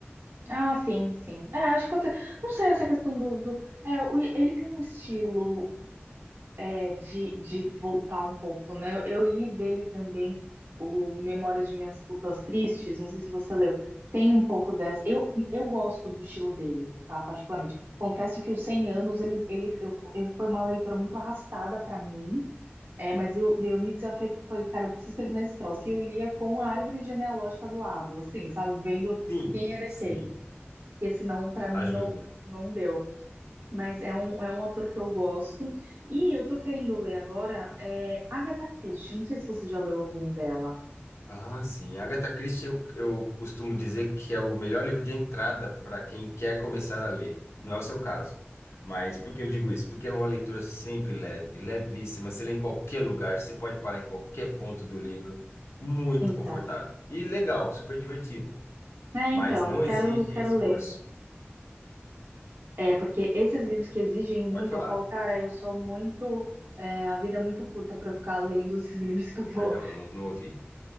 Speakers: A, on the right (about 60°); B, on the left (about 80°).
A: Ah, sim, sim. É, acho que pode ser. Não sei essa questão do, do... É, o- ele tem um estilo é, de, de voltar um pouco, né? Eu, eu li dele também o Memórias de Minhas Putas Tristes, não sei se você leu. Tem um pouco dessa. Eu, eu gosto do estilo dele, tá? Particularmente. Confesso que os 100 anos ele, ele eu, eu- foi uma leitura muito arrastada pra mim, é, mas eu, eu me desafiei porque eu falei, cara, eu preciso terminar esse troço. E eu lia com a árvore genealógica do lado, assim, sabe? Vendo
B: Sim,
A: quem era
B: sim,
A: quem. Porque senão, pra mim,
B: ajuda.
A: não, não deu. Mas é um, é um autor que eu gosto. E eu tô querendo ler agora é, Agatha Christie. Não sei se você já leu algum dela.
B: Ah, sim. Agatha Christie, eu, eu costumo dizer que é o melhor livro de entrada para quem quer começar a ler. Não é o seu caso. Mas por que eu digo isso? Porque é uma leitura sempre leve, levíssima. Você lê em qualquer lugar, você pode parar em qualquer ponto do livro. Muito
A: Então.
B: confortável. E legal, super divertido.
A: É,
B: Mas
A: então,
B: não
A: quero,
B: exige
A: quero
B: esforço.
A: ler. É, porque esses livros que exigem muito,
B: Pode falar.
A: eu falo, cara, eu sou muito. é, a vida é muito curta para eu ficar lendo esses <laughs> livros que eu vou.
B: Perdão, não, não ouvi.